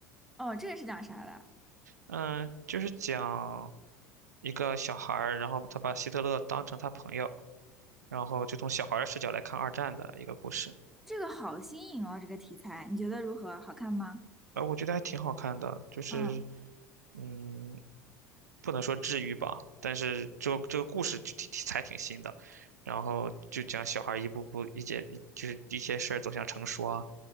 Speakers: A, in the centre; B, on the right.
A: 哦，这个是讲啥的？
B: 嗯，就是讲一个小孩儿，然后他把希特勒当成他朋友，然后就从小孩儿的视角来看二战的一个故事。
A: 这个好新颖哦，这个题材，你觉得如何？好看吗？
B: 呃，我觉得还挺好看的，就是
A: 嗯
B: 嗯，不能说治愈吧，但是这个这个故事就挺挺才挺新的，然后就讲小孩儿一步步一些就是一些事儿走向成熟啊，